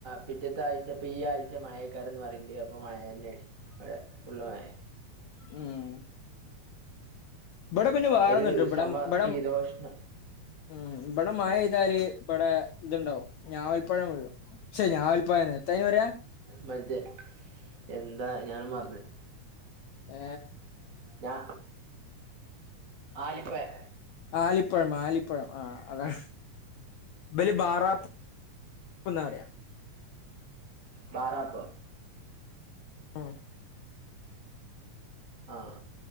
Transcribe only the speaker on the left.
ഉം ഇവിടെം പിന്നെ വാറുന്നുണ്ട്
ഇടം
ഇടം
- ഉം ഇവിടെ മഴ ഇ്താല് ഇവിടെ ഇതുണ്ടാവും ഞാവൽപ്പഴം വിഴും. ഷെ ഞവാൽപായം ഏതാ അയിന് പറയാ -
ഏ
ആലിപ്പുഴം ആലിപ്പുഴം ആ അതാണ്. ബല് ബാറാപ്പ് ന്നാ പറയാ.
ആഹ